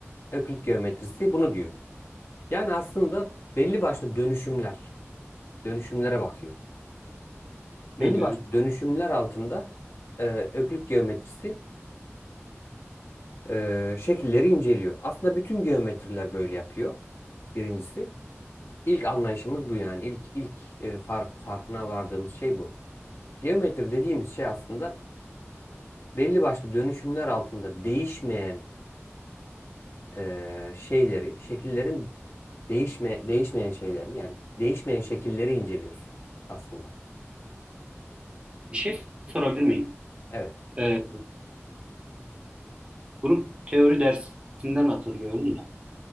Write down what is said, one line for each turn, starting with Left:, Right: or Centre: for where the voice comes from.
Left: Öklit geometrisi bunu diyor. Yani aslında belli başlı dönüşümler, dönüşümlere bakıyor. Belli
Right: Hı hı.
Left: başlı dönüşümler altında e, Öklit geometrisi e, şekilleri inceliyor. Aslında bütün geometriler böyle yapıyor. Birincisi. İlk anlayışımız bu yani. İlk ilk e, fark, farkına vardığımız şey bu. Geometri dediğimiz şey aslında belli başlı dönüşümler altında değişmeyen e, şeyleri, şekillerin değişme değişmeyen şeylerini yani değişmeyen şekilleri inceliyorsun aslında.
Right: Bir şey sorabilir miyim?
Left: Evet.
Right: Ee, grup teori dersinden hatırlıyorum da.